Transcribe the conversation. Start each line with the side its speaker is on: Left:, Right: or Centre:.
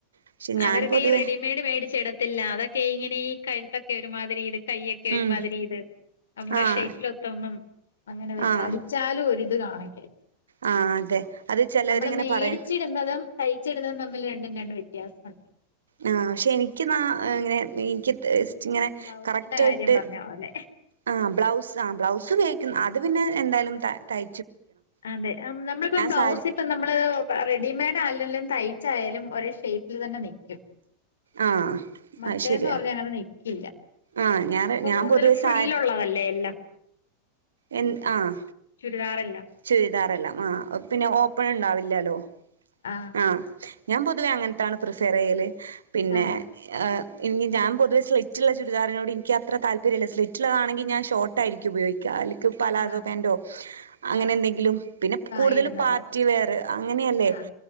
Right: പക്ഷെ ഞാൻ
Left: അവരൊക്കെ
Right: പൊതുവേ
Left: ഈ റെഡിമെയ്ഡ് മേടിച്ചിടത്തില്ല അതൊക്കിങ്ങനെ ഈ കഴുത്തൊക്കെ ഒരുമാതിരി ഇത്.. കൈയൊക്കെ ഒരുമാതിരി
Right: ഉം
Left: ഇത്.. നമ്മുടെ
Right: ആഹ്
Left: ഷെയ്പ്പിലൊത്തൊന്നും അങ്ങനെ വരുത്ത
Right: ആഹ്
Left: അടിച്ചാലും ഒരിത് കാണിക്ക
Right: ആഹ് അതെ അത് ചെലവരിങ്ങനെ
Left: നമ്മള് മേടിച്ചിടുന്നതും
Right: പറയും
Left: തയ്ച്ചിടുന്നതും തമ് തമ്മിൽ രണ്ടും രണ്ട് വ്യത്യാസൊണ്ട്.
Right: ആ പക്ഷെ എനിക്കെന്നാ അങ്ങനെ എനിക്ക് തേസ് ഇങ്ങനെ
Left: ബ്ലൗസിന്റെ
Right: കറക്റ്റായിട്ട്
Left: കാര്യം പറഞ്ഞ പോലെ
Right: ആ ബ്ലൗസ് ആ ബ്ലൗസിങ്ങനേ അത് പിന്നെ എന്തായാലും താ തൈ
Left: അതെ നമ്മളിപ്പം ബ്ലൗസ്
Right: സാരി
Left: ഇപ്പ നമ്മള് റെഡിമെയ്ഡ് അല്ലെങ്കും തൈ <unintelligible> യാലും ഒരേ ഷേപ്പിൽ തന്നെ നിക്കും
Right: ആഹ്
Left: മറ്റേന്ന്
Right: അത് ശരിയാ
Left: പറഞ്ഞ അങ്ങനെ നിക്കില്ല
Right: ആഹ് ഞാൻ
Left: അപ്പൊ
Right: ഞാൻ
Left: കൂടുതൽ
Right: പൊതുവെ
Left: ഫ്രില്ലുള്ളതല്ലേ
Right: സാ
Left: എല്ലാം
Right: എ ആഹ്
Left: ചുരിദാറെല്ലാം
Right: ചുരിദാറെല്ലാം ആഹ്... പിന്നെ ഓപ്പൺ ഉണ്ടാവില്ലല്ലോ
Left: ആ
Right: ആഹ് ഞാൻ പൊതുവേ അങ്ങനത്താണ് പ്രിഫർ ചെയ്യൽ പിന്നെ
Left: ആഹ്
Right: ഇനി ഞാൻ പൊതുവ സ്ലിറ്റുള്ള ചുരിദറിനോട് എക്ക് അത്ര താല്പര്യമില്ല സ്ലിറ്റുള്ളതാണെങ്ക ഞാൻ ഷോട്ടായിരിക്കും ഉപയോഗിക്കാ അല് പലാസോ
Left: ആഹ്
Right: പാന്റോ അങ്ങനെ
Left: ആഹ്
Right: എന്തെങ്കിലും പിന്നെ
Left: ആഹ്
Right: കൂടുതല
Left: ഇടുന്നത്
Right: പാർട്ടി വെയർ അങ്ങനെയല്ലേ
Left: ആഹ്